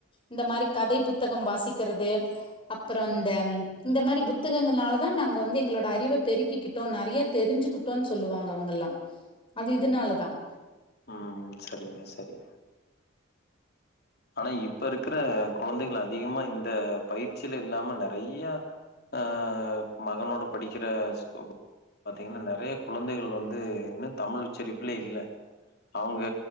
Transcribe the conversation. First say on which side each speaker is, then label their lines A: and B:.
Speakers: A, on the left; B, on the left.
A: இந்த மாதிரி கதை புத்தகம் வாசிக்கிறது அப்புறம் இந்த இந்த மாதிரி புத்தகங்களாலதான் நாங்க வந்து எங்களோட அறிவை பெருக்கிக்கிட்டோம் நிறைய தெரிஞ்சுக்கிட்டோம் சொல்லுவாங்க அவங்கல்லாம் அது இதனாலதான்
B: ம் சரிங்க சரி ஆனா இப்ப இருக்கிற குழந்தைகள் அதிகமா இந்த பயிற்சில இல்லாம நிறைய அ மகனோட படிக்கிற ஸ்கோப் பாத்தீங்கன்னா நிறை நிறைய குழந்தைகள் வந்து இன்னும் தமிழ் உச்சரிப்புலேயே இல்ல அவுங்க